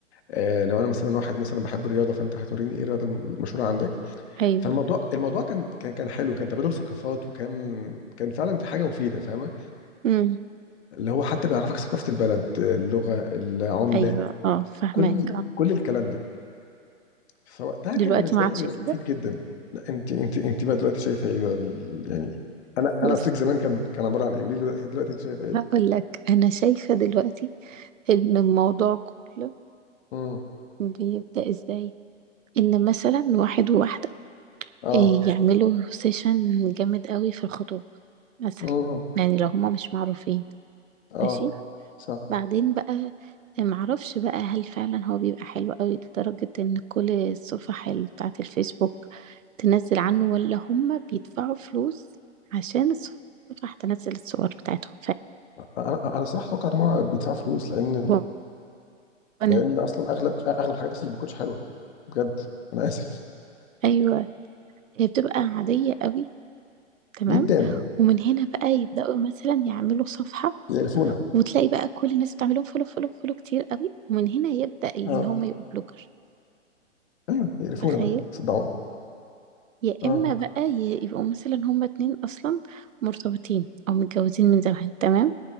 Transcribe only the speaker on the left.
آه لو انا مثلا واحد مثلا بحب الرياضه فانت هتوريني ايه الرياضه المشهوره عندك
فالموضوع الموضوع كان كان كان حلو كان تبادل ثقافات وكان كان فعلا في حاجه مفيده فاهمه
اللي هو حتى بيعرفك ثقافه البلد اللغه العمله
كل كل الكلام ده فوقتها كان
بالنسبه
لي مفيد
جدا لا انت انت انت بقى دلوقتي شايفه ايه بقى ال- يعني انا
انا قلت لك زمان كان كان عباره عن ايه قولي لي دلوقتي دلوقتي انت شايفه ايه
امم
اه
امم
اه
صح
انا انا صراحه اتوقع ان هو بيدفع فلوس لان
لان اصلا اغلب اغلب الحاجات اصلا ما بتكونش حلوه بجد انا اسف
جدا
يقرفونا
اه
ايوه يقرفونا
بقى صدعونا
اه